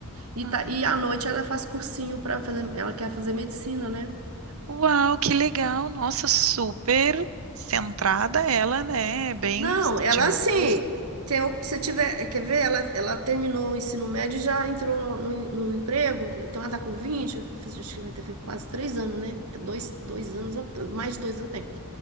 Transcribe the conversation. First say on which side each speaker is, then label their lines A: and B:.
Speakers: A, on the right; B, on the right.
A: e
B: Ah,
A: tá, e à noite ela faz cursinho para fazer, ela quer fazer medicina, né?
B: Uau, que legal! Nossa, super centrada ela, né? Bem
A: Não,
B: estudiosa.
A: ela assim, tem o que você tiver, quer ver? Ela, ela terminou o ensino médio e já entrou no, no emprego, então ela tá com 20. acho que vai ter quase três anos, né? Dois, dois anos, mais de dois anos tem.